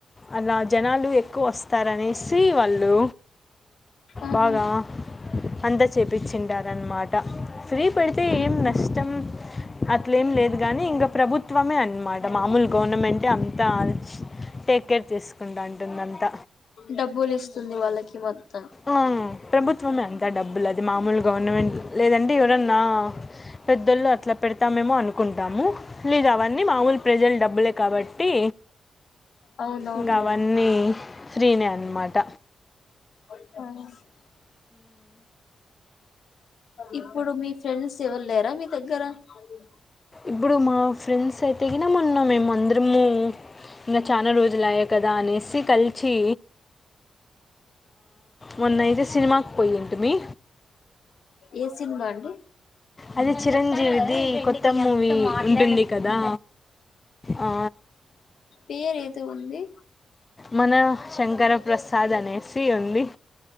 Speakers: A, on the left (about 25°); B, on the left (about 70°).
A: అలా జనాలు ఎక్కువ వస్తారనేసి వాళ్ళు
B: ఆహా
A: బాగా అంద చేపచ్చింటారనమాట ఫ్రీ పెడితే
B: మ్మ్
A: ఏం నష్టం అట్ల ఏం లేదు గాని ఇంకా ప్రభుత్వమే అన్మాట మామూలు గవర్నమెంట్ టే అంత టేకేర్ తీసుకుంటాంటుందంత
B: డబ్బులు ఇస్తుంది వాళ్ళకి మొత్తం
A: ఆ ప్రభుత్వమే అంత డబ్బులు అది మామూలు గవర్నమెంట్ లేదంటే ఎవరన్నా పెద్దలు అట్లా పెడతామేమో అనుకుంటాము లేద అవన్నీ మామూలు ప్రజల డబ్బులే కాబట్టి ట్టి
B: అవునవునులే
A: ఇంకా అవన్నీ ఫ్రీనే అనమాట
B: ఆ ఇప్పుడు మీ ఫ్రెండ్స్ ఎవరు లేరా మీ దగ్గర అది
A: ఇప్పుడు మా ఫ్రెండ్స్ అయితే గిన మొన్న మేము అందరము ఇంకా చాలా రోజులు అయ్యాయి కదా అనేసి కలిసి మొన్న అయితే సినిమాకి పోయింటిమి
B: ఏ సినిమా అండి
A: అది చిరంజీవిది కొత్త మూవీ ఉంటుంది కదా ఆ
B: పేరే ఏదో ఉంది
A: మన శంకర ప్రసాద్ అనేసి ఉంది